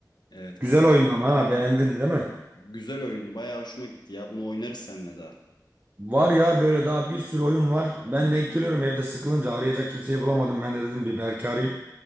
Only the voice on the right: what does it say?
Güzel oyun ama ha beğendin değil mi?
Var ya böyle daha bir sürü oyun var. Ben denk geliyorum evde sıkılınca arayacak kimseyi bulamadım. Ben de dedim bir Berk'i arayıp